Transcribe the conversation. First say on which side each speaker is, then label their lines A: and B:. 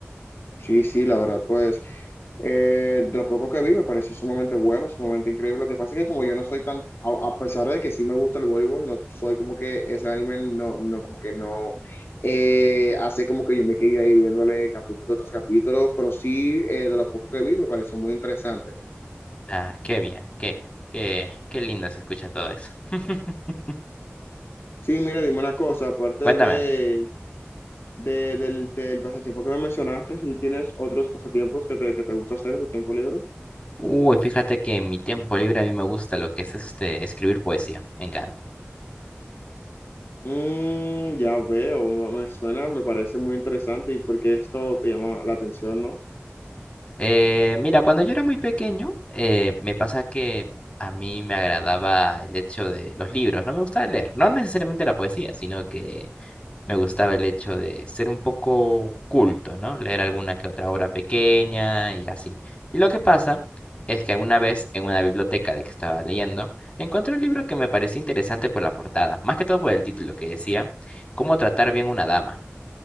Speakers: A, on the left; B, on the left.
A: Sí, sí, la verdad, pues eh, de lo poco que vi me pareció sumamente bueno, sumamente increíble. Lo que pasa es que como yo no soy tan, a, a pesar de que sí me gusta el voleibol, no soy como que ese anime no, no como que no eh, hace como que yo me quedé ahí viéndole capítulo tras capítulo, pero sí eh, de lo poco que vi me pareció muy interesante.
B: Ah, qué bien, qué bien. Qué, qué lindo se escucha todo eso. <laughs>
A: Sí, mira, dime una cosa, aparte
B: Cuéntame.
A: de, de- del, del pasatiempo que me mencionaste, si tienes otros pasatiempos que te, que te gusta hacer en tu tiempo libre.
B: Uy, fíjate que en mi tiempo libre a mí me gusta lo que es este escribir poesía. Me encanta.
A: Mm, ya veo, me me suena, me parece muy interesante y porque esto te llama la atención, ¿no?
B: Eh, mira, cuando yo era muy pequeño, eh, me pasa que a mí me agradaba el hecho de los libros. No me gustaba leer, no necesariamente la poesía, sino que me gustaba el hecho de ser un poco culto, ¿no? Leer alguna que otra obra pequeña y así. Y lo que pasa es que alguna vez en una biblioteca de que estaba leyendo, encontré un libro que me parecía interesante por la portada, más que todo por el título que decía, ¿Cómo tratar bien una dama?